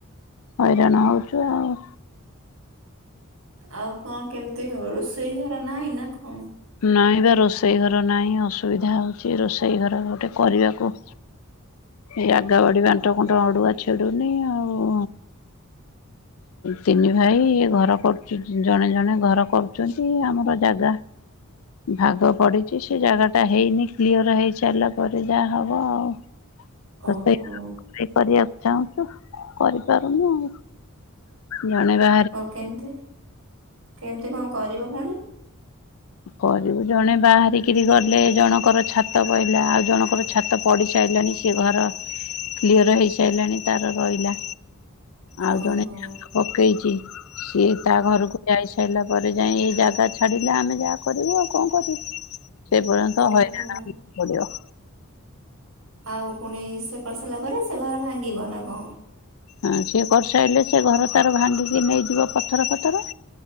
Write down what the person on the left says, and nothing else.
ହଇରାଣ ହେଉଛୁ ଆଉ।
ନାଇଁ ବା ରୋଷେଇ ଘର ନାହିଁ ଅସୁବିଧା ହଉଛି ରୋଷେଇ ଘର ଗୋଟେ କରିବାକୁ ଏଇ ଜଗା ବାଡି ବାଣ୍ଟ କୁଣ୍ଟ ଅଡୁଆ ଛିଡୁନି ଆଉ ତିନି ଭାଇ ଘର କରୁଛି ଜଣେ ଜଣେ ଘର କରୁଛନ୍ତି ଆମର ଜାଗା ଭାଗ ପଡିଛି ସେ ଜାଗା ଟା ହେଇନି କ୍ଲିଅର ହେଇ ସାରିଲା ପରେ ଯାହା ହବ ଆଉ। ତ
ସେଇ କରିବାକୁ ଚାହୁଁଛୁ କରିପାରୁନୁ ଆଉ। ଜଣେଇବା
କରିବୁ ଜଣେ ବାହାରିକିରି ଗଲେ ଜଣଙ୍କର ଛାତ ପଡ଼ିଲା ଆଉ ଜଣଙ୍କର ଛାତ ପଡ଼ି ସାରିଲାଣି ସେ ଘର କ୍ଲିଅର ହେଇସାରିଲାଣି ତାର ରହିଲା ଆଉ
ଜଣେ ପକେଇଛି ସିଏ ତା ଘରକୁ ଯାଇ ସାରିଲା ପରେ ଯାଇ ଏଇ ଜାଗା ଛାଡିଲେ ଆମେ ଯାହା କରିବୁ ଆଉ କଣ କରିବୁ ସେ ପର୍ଯ୍ୟନ୍ତ
ହଇରାଣ ହବାକୁ ପଡିବ।
ହଁ ସିଏ କରିସାରିଲେ ସେ ଘର ତାର ଭାଙ୍ଗିକି ନେଇଯିବ ପଥର ଫଥର